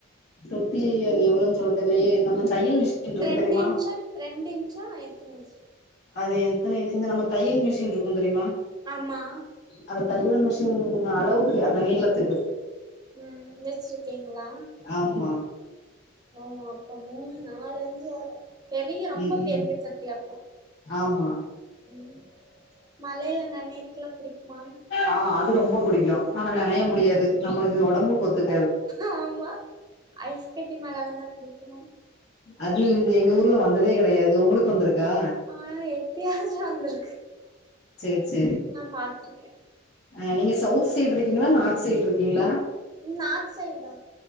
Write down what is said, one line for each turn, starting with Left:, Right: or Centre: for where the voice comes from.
Left: தொட்டி எவ்ளவோனு சொல்ல தெர்லயே நம்ம தையல் மிஷின் இருக்கு
Right: ரெண்டு
Left: தெரியுமா
Right: இஞ்சா ரெண்டு இஞ்சா எத்தன இஞ்
Left: அது எத்தன இஞ் நம்ம தையல் மிஷின் இருக்கும் தெரியுமா
Right: ஆமா
Left: அந்த தையல் மிஷன் அளவுக்கு அந்த நீளத்துக்கு
Right: ம் வச்சிருக்கீங்களா
Left: ஆமா
Right: ஓ அப்ப மூணு நாலு அஞ்சு வரும் பெரிய ரொம்ப
Left: ம் ம்
Right: பெரிய சட்டியாப்போ
Left: ஆமா
Right: ம் மழையில நனயறக்கெலாம் புடிக்மா
Left: ஆ அது ரொம்ப புடிக்கும் ஆனா நனைய முடியாது நம்மளுக்கு ஒடம்புக்கொத்துக்
Right: ஆமா ஐஸ் கட்டி மழ வந்தா பிடிக்குமா
Left: அது வந்து எங்க ஊர்ல வந்ததே கிடையாது உங்களுக்கு வந்திருக்கா
Right: ஆ எப்பயாச்சி வந்திருக்கு
Left: சேரி செரி
Right: நா பாத்திருக்கே
Left: ஹ நீங்க சவுத் சைடு இருக்கீங்களா நார்த் சைடு இருக்கீங்களா
Right: நார்த் சைடு தா